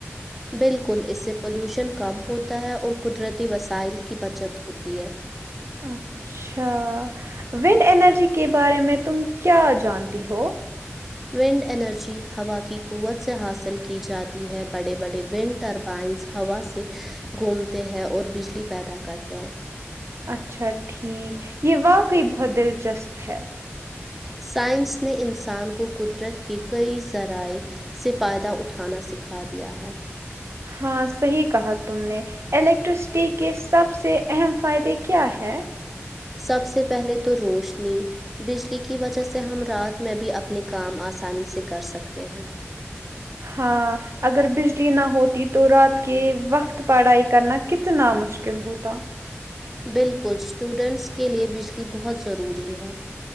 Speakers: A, in the centre; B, on the right (about 65°).
A: بالکل اس سے پولیوشن کم ہوتا ہے اور قدرتی وسائل کی بچت ہوتی ہے
B: اچھا ونڈ انرجی کے بارے میں تم کیا جانتی ہو
A: ونڈ انرجی ہوا کی قوت سے حاصل کی جاتی ہے بڑے بڑے ونڈ ٹرب پائنس ہوا سے گھومتے ہیں اور بجلی پیدا کرتے ہیں
B: اچھا ٹھیک یہ واقعی بہت دلچسپ ہے
A: سائنس نے انسان کو قدرت کے کئی ذرائع سے فائدہ اٹھانا سکھا دیا ہے
B: ہاں صحیح کہا تم نے الیکٹرسٹی کے سب سے اہم فائدے کیا ہے
A: سب سے پہلے تو روشنی بجلی کی وجہ سے ہم رات میں بھی اپنے کام آسانی سے کر سکتے ہیں
B: ہاں اگر بجلی نہ ہوتی تو رات کے وقت تو پڑھائی کرنا کتنا مشکل ہوتا
A: بالکل اسٹوڈنٹس کے لیے بجلی بہت ضروری ہے